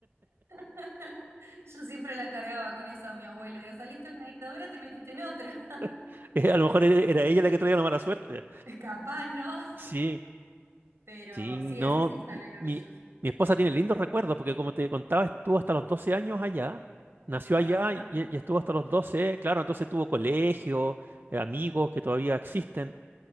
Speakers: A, on the right (about 80°); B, on the right (about 50°).
A: <laughs> Yo siempre la cargaba con eso a mi abuela. Digo, saliste de una dictadura, te metiste en otra.
B: <laughs> eh, a lo mejor era era ella la que traía la mala suerte.
A: <laughs> Capaz, ¿no?
B: Sí,
A: Pero
B: Sí,
A: sí,
B: no,
A: así se instalaron
B: mi, mi-
A: ellos.
B: mi esposa tiene lindos recuerdos porque como te contaba, estuvo hasta los 12 años allá, nació
A: Claro,
B: allá
A: bastante.
B: y, y estuvo hasta los 12. claro, entonces tuvo colegio, eh, amigos que todavía existen.